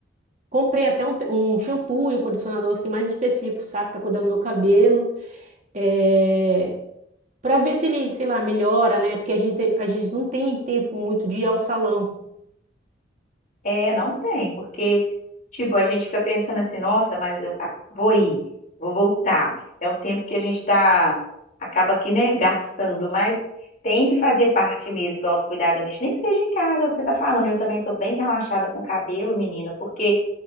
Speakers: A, on the right; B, on the left.
A: comprei até um, um shampoo e um condicionador assim mais específico, sabe, para cuidar do meu cabelo, é... para ver se ele, sei lá, melhora, né? Porque a gente, a gente não tem tempo muito de ir ao salão.
B: É, não tem, porque, tipo, a gente fica pensando assim, nossa, mas eu ah, vou ir, vou voltar. É um tempo que a gente tá, acaba aqui, né, gastando, mas tem que fazer parte mesmo do autocuidado da gente, nem que seja em casa, é o que você tá falando. Eu também sou bem relaxada com o cabelo, menina, porque